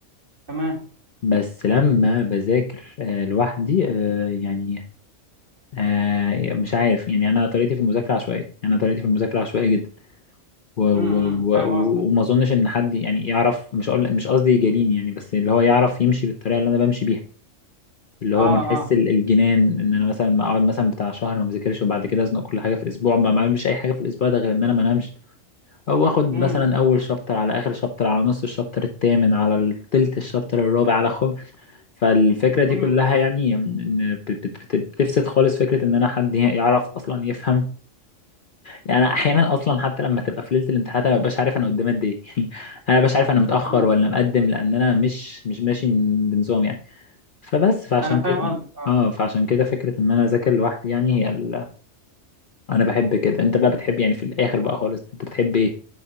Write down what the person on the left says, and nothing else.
بس لما بذاكر آه، لوحدي آه، يعني آه، مش عارف يعني انا طريقتي في المذاكره عشوائيه يعني انا طريقتي في المذاكره عشوائيه جدا و و
و
و-
وما اظنش ان حد يعني يعرف مش أقول مش قصدي يجاريني يعني بس اللي هو يعرف يمشي بالطريقه اللي انا بمشي بيها اللي
هو من حس
ال- الجنان ان انا مثلا ما اقعد مثلا بتاع شهر ما بذاكرش وبعد كده ازنق كل حاجه في اسبوع ما ما اعملش اي حاجه في الاسبوع ده غير ان انا ما انامش او اخد
مثلا اول شابتر على اخر شابتر على نص الشابتر الثامن على تلت الشابتر الرابع على خمس فالفكرة دي
كلها
يعني إن بت- بت- بت- بتفسد خالص فكرة إن أنا حد ي- يعرف أصلا يفهم يعني أنا أحيانا أصلا حتى لما تبقى في ليلة الامتحانات أنا مببقاش عارف أنا قدام قد إيه <laughs> يعني أنا مببقاش عارف أنا متأخر
ولا مقدم لأن أنا مش مش ماشي بنظام يعني فبس فعشان
كده
اه فعشان كده فكرة إن أنا أذاكر لوحدي يعني هي ال... أنا بحب كده أنت بقى بتحب يعني في الآخر بقى خالص أنت بتحب إيه